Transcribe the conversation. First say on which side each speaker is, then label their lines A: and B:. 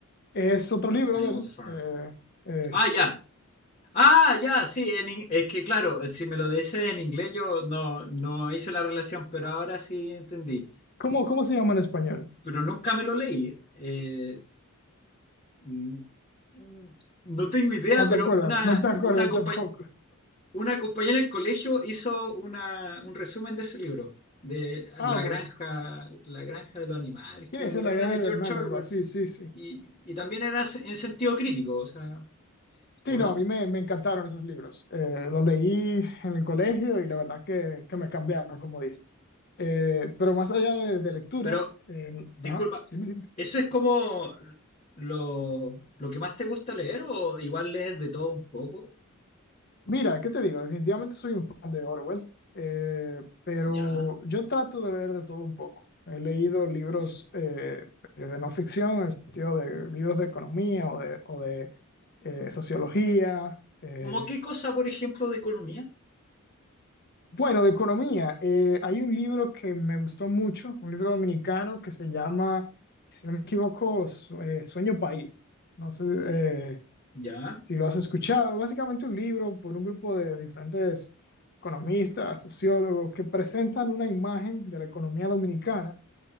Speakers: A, on the left; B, on the left.
A: Es otro libro
B: Animal
A: de él.
B: Farm.
A: eh, es,
B: Ah, ya. Ah, ya, sí, en in- es que claro, eh, si me lo dice en inglés yo no, no hice la relación, pero ahora sí entendí.
A: ¿cómo, cómo se llama en español?
B: Pero nunca me lo leí. eh, mm, mm, no tengo idea,
A: No
B: pero
A: te acuerdas,
B: una,
A: no te acuerdas
B: una compañía
A: tampoco.
B: Una compañera en el colegio hizo una, un resumen de ese libro, de
A: Ah,
B: La
A: bueno,
B: granja, La granja de los animales,
A: tiene
B: creo,
A: que ser
B: pero
A: La
B: era
A: Granja
B: de
A: del
B: George
A: Mal,
B: Orwell
A: algo así, sí, sí.
B: y, y también era se- en sentido crítico, o sea, ¿o
A: Sí,
B: no?
A: no, a mí me, me encantaron esos libros. Eh, los leí en el colegio y la verdad que, que me cambiaron, como dices. Eh, pero más allá de, de lectura,
B: Pero,
A: eh,
B: disculpa,
A: ajá, dime, dime.
B: ¿eso es como lo, lo que más te gusta leer o igual lees de todo un poco?
A: Mira, ¿qué te digo? Definitivamente soy un fan de Orwell, eh, pero
B: Ya.
A: yo trato de leer de todo un poco. He leído libros eh, de no ficción, en el sentido de libros de economía o de, o de eh, sociología. eh,
B: ¿Cómo qué cosa, por ejemplo, de economía?
A: Bueno, de economía, eh, hay un libro que me gustó mucho, un libro dominicano que se llama, si no me equivoco, Su- eh, Sueño País. No sé eh,
B: Ya,
A: si lo has escuchado. Básicamente un libro por un grupo de diferentes economistas, sociólogos, que presentan una imagen de la economía dominicana